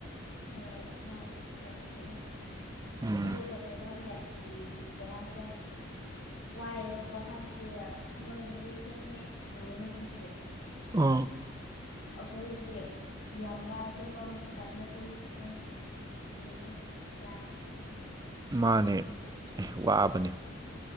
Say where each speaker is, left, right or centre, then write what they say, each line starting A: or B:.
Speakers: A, on the left; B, on the right.
A: ꯍꯣꯏ ꯑꯗꯨ ꯃꯥꯂꯦ ꯌꯥꯝ ꯈꯦꯠꯅ
B: ꯎꯝ
A: ꯑꯣ ꯀ ꯀꯩꯅꯣꯅꯦ ꯎꯝ ꯄꯌꯥꯖ ꯋꯥꯏꯑꯦꯕꯀꯣ ꯍꯥꯏꯕꯗꯤ ꯃꯣꯏꯅꯗꯤ ꯊꯦꯡ ꯊꯦꯡꯉ ꯁꯅꯅꯤ ꯑꯗꯨꯒꯤ
B: ꯑꯥ
A: ꯑꯩꯈꯣꯏꯁ ꯌꯥꯝ ꯋꯥꯏ ꯇꯨꯝꯐꯝ ꯃꯇꯝꯗ ꯇꯨꯝꯁꯦ ꯐ ꯌꯥ
B: ꯃꯥꯅꯦ ꯑꯦ ꯋꯥꯕꯅꯤ